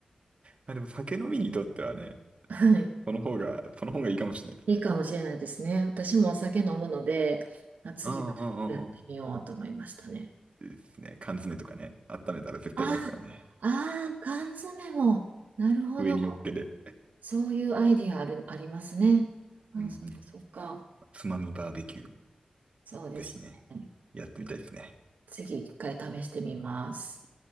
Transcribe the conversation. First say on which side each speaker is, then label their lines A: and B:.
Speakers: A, on the right; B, on the right.
A: まあでも酒飲みにとってはね、
B: はい。
A: その方が、その方がいいかもしれないですね。
B: いいかもしれないですね。私もお酒飲むので、あ、次はちょっとやってみようと思いましたね。
A: うんうんうんうん。ですね、缶詰とかね、温めたら絶対うまいですからね。
B: ああー、缶詰も。なるほど。
A: 上に乗っけて。
B: そういうアイディアある、ありますね。あ、
A: うんうん。
B: そっかそっか。
A: つまみバーベキュー、
B: そうですね。
A: ぜひね、やってみたいですね。
B: 次一回試してみます。